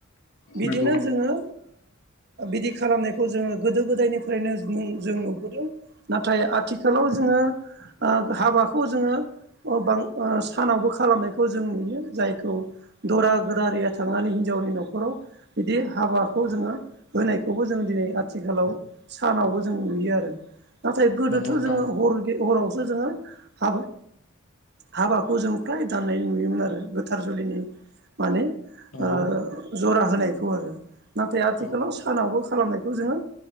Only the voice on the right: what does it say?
बिदिनो
जोङो बिदि खालामनायखौ जोङो गोदो गोदायनिफ्रायनो नों जों नुबोदों नाथाय आथिखालाव जोङो हाबाखौ जोङो बां सानावबो खालामनायखौ जों नुयो जायखौ दरा गोरारिया थांनानै हिनजावनि न'खराव बिदि हाबाखौ जोङो होनायखौबो जोङो दिनै आथिखालाव सानावबो जों नुयो आरो नाथाय गोदोथ'
जोङो हर हरावसो जोङो हाब हाबाखौ जों फ्राय दाननाय नुयोमोन आरो गोथार जुलिनि माने ओ
जरा होनायखौ आरो नाथाय आथिखालाव
सानावबो खालामनायखौ जोङो